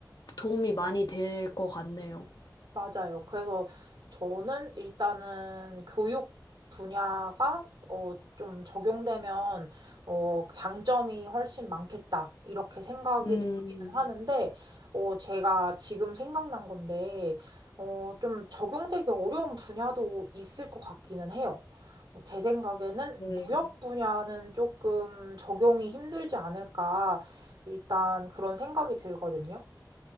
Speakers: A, on the left (about 65°); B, on the right (about 75°).
A: 도움이 많이 될 것 같네요.
B: 맞아요. 그래서 저는 일단은 교육 분야가 어, 좀 적용되면 어, 장점이 훨씬 많겠다. 이렇게 생각이
A: 음,
B: 들기는 하는데 어, 제가 지금 생각난 건데 어, 좀 적용되기 어려운 분야도 있을 것 같기는 해요. 어, 제 생각에는
A: 네.
B: 무역 분야는 조금 적용이 힘들지 않을까 일단 그런 생각이 들거든요.